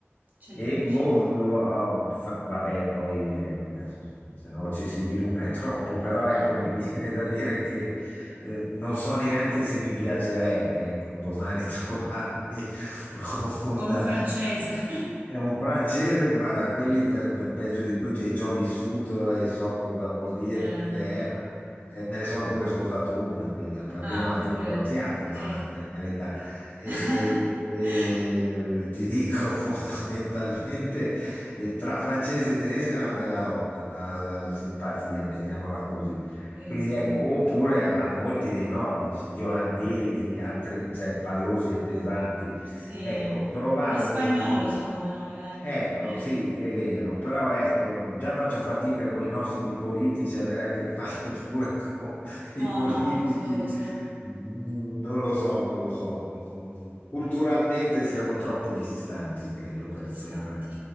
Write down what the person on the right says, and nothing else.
Cioè,
ci-
eh,
con un francese. <laughs>
Eh,
ah,
pure.
Ok.
<laughs>
Sì,
sì.
Sì.
Gli spagnoli sono come noi, dai,
più o meno.
Sì.
Oh
no, lo so, lo so,
ho
gli stanti.